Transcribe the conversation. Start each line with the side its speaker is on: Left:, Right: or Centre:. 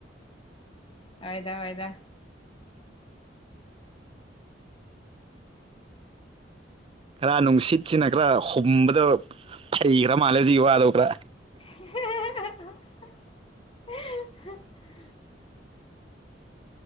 Left: ꯑꯣꯏꯣꯏꯗ ꯑꯣꯏꯣꯏꯗ
Right: ꯈꯔ ꯅꯨꯡꯁꯤꯠꯁꯤꯅ ꯈꯔ ꯍꯨꯝꯕꯗ ꯐꯩꯈ꯭ꯔꯥ ꯃꯥꯜꯂꯦ ꯍꯧꯖꯤꯛꯀꯤ ꯋꯥꯗꯣ ꯈꯔ
Left: <unintelligible>